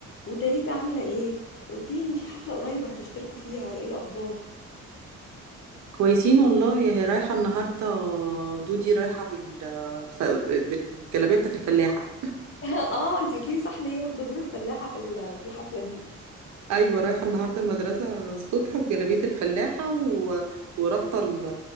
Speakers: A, on the left; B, on the right.
A: وداليدا عاملة ايه قلتيلي ان في حفلة قريب هتشتركوا فيها ايه الاخبار
B: كويسين والله هي رايحة النهاردة دودي رايحة بال... ف... بالجلابية بتاعت الفلاحة
A: <laughs> اه انتي قلتيلي صح ان هي واخدة دور الفلاحة في ال- في الحفلة دي
B: أيوة رايحة النهاردة المدرسة الصبح بجلابية الفلاحة و... ورابطة ال...